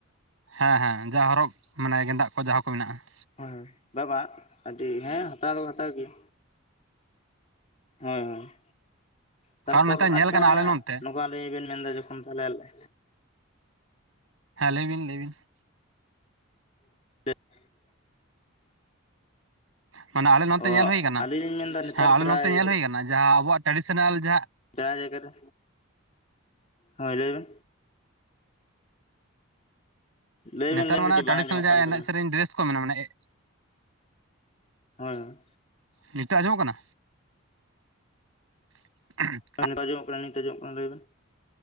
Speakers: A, on the right; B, on the left.
A: ᱦᱮᱸ ᱦᱮᱸ ᱡᱟ ᱦᱚᱨᱚᱜ ᱢᱟᱱᱮ ᱜᱮᱫᱟᱜ ᱠᱚ ᱡᱟᱦᱟᱸ ᱠᱚ ᱢᱮᱱᱟᱜ-ᱟ ᱾
B: ᱦᱳᱭ ᱦᱳᱭ ᱵᱟᱵᱟ ᱟᱹᱰᱤ ᱦᱮᱸ ᱦᱟᱛᱟᱣ ᱫᱚ ᱦᱟᱛᱟᱣ ᱠᱮᱭᱟ᱾ ᱦᱳᱭ ᱦᱳᱭ ᱛᱟᱨᱯᱚᱨ
A: ᱠᱟᱨᱚᱱ ᱱᱮᱛᱟᱨ ᱧᱮᱞ
B: ᱟᱪᱪᱷᱟ
A: ᱠᱟᱱᱟ ᱟᱞᱮ ᱱᱚᱱᱛᱮ
B: <unintelligible> ᱵᱮᱱ ᱢᱮᱱ ᱫᱟ ᱡᱚᱠᱷᱚᱱ ᱛᱟᱦᱟᱞᱮ
A: ᱦᱮᱸ ᱞᱟᱹᱭ ᱵᱤᱱ ᱞᱟᱹᱭ ᱵᱤᱱ ᱾
B: <inaudible>
A: ᱢᱟᱱᱮ ᱟᱞᱮ ᱱᱚᱛᱮ
B: ᱚ
A: ᱧᱮᱞ ᱦᱳᱭ ᱠᱟᱱᱟ
B: ᱟᱹᱞᱤᱧ ᱞᱤᱧ ᱢᱮᱱᱫᱟ ᱱᱮᱛᱟᱨ
A: ᱦᱮᱸ ᱟᱞᱮ
B: ᱯᱨᱟᱭ
A: ᱱᱚᱛᱮ ᱧᱮᱞ ᱦᱳᱭ ᱠᱟᱱᱟ ᱡᱟᱦᱟᱸ ᱟᱵᱚᱣᱟᱜ ᱴᱮᱰᱤᱥᱮᱱᱟᱞ ᱡᱟᱦᱟᱸ
B: ᱡᱟᱦᱟᱸ ᱡᱟᱭᱜᱟ ᱨᱮ, ᱦᱳᱭ ᱞᱟᱹᱭᱵᱮ᱾ ᱞᱟᱹᱭ
A: ᱱᱮᱛᱟᱨ
B: ᱵᱮᱱ ᱞᱟᱹᱭ
A: ᱢᱟᱱᱮ
B: ᱵᱮᱱ ᱠᱟᱹᱴᱤᱡ
A: ᱴᱨᱟᱰᱤᱥᱚᱱᱟᱞ
B: ᱵᱟᱝ ᱟᱸᱡᱚᱢᱚᱜ
A: ᱡᱟᱦᱟᱸ
B: ᱠᱟᱱ ᱛᱟᱵᱮᱱᱟ
A: ᱮᱱᱮᱡ ᱥᱮᱨᱮᱧ ᱰᱨᱮᱥ ᱠᱚ ᱢᱮᱱᱟᱜ-ᱟ ᱱᱟ ᱢᱟᱱᱮ
B: ᱦᱳᱭ
A: ᱱᱤᱛᱳᱜ ᱟᱸᱡᱚᱢᱚᱜ ᱠᱟᱱᱟ? <inaudible>
B: <unintelligible> ᱠᱟᱱᱟ ᱱᱤᱛ ᱟᱸᱡᱚᱢᱚᱜ ᱠᱟᱱᱟ ᱞᱟᱹᱭ ᱵᱮᱱ